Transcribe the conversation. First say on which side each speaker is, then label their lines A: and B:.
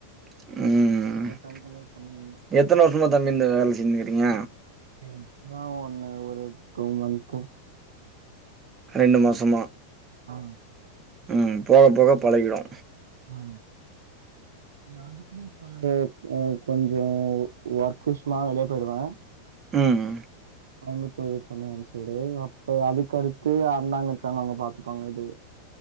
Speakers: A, on the right; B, on the right.
A: ம் ம்
B: காய் தனியா பண்ணி
A: எத்தன வர்ஷமா தம்பி இந்த வேல செஞ்சுக்கிறீங்க
B: ம் இப்பதா ஒன்னு ஒரு டூ மந்த்து
A: ரெண்டு மாசம்மா
B: ஆ
A: ம் போக போக பழகிடு
B: ஆ அது கூட இப்ப ஆ கொஞ்சோ ஒர்க் விஷ்மா வெளியே போய்டுவே
A: ம் ம்
B: கோயம்பத்தூர் சென்னை அந் சைடு அப்ப அதுக்குடுத்து எ அண்ண அங்கெருக்காங்க அவுங்க பாத்துப்பாங்க இது